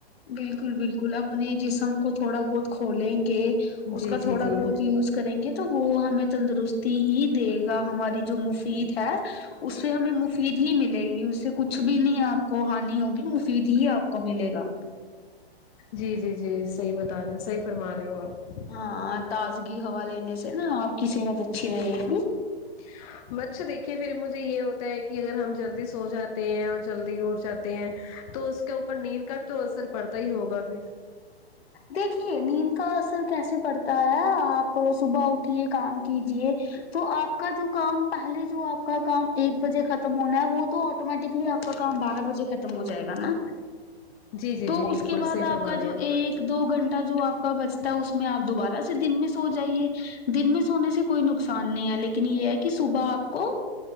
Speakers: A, on the left; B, on the left.
A: بالکل بالکل اپنے جسم کو تھوڑا بہت کھولیں گے اس
B: جی
A: کا
B: جی
A: تھوڑا
B: جی
A: بہت یوز کریں گے تو وہ ہمیں تندرستی ہی دے گ ہماری جو مفید ہے اس سے ہمیں مفید ہی ملے گی اس سے کچھ بھی نہیں آپ کو ہانی ہوگی مفید ہی آپ کو ملے گا
B: جی جی جی صحیح بتا رہے صحیح فرما رہے ہو آپ
A: ہاں تازگی ہوا لینے سے نا آپ کی صحت اچھی رہے گی
B: <inaudible> مچھ دیکھیے پھر مجھے یہ ہوتا ہے کہ اگر ہم جلدی سو جاتے ہیں اور جلدی اٹ جاتے ہیں تو اس کے اوپر نیند کا بھی تو اثر پڑتا ہی ہوگا پھر
A: دیکھیے نیند کا اثر کیسے پڑتا ہے آپ صبح اٹ ٹھیک ہے کام کیجیے وہ آپ کا جو کام پہلے جو آپ کا کام ایک بجے ختم ختم ہونا ہے وہ تو آٹومیٹکلی آ کا کام بارہ بجے ختم ہو جائے گا نا
B: جی جی
A: تو
B: جی بالکل
A: اس کے بعد
B: صحیح فرما
A: آپ کا
B: رہے
A: جو
B: ہیں آپ
A: ایک دو گھنٹہ جو آپ کا بچتا ہے اس میں آپ دوبارہ سے دن میں سو جائیے دن میں سونے سے کوئی نقصان نہیں ہے لیکن یے ہے کی صبح کو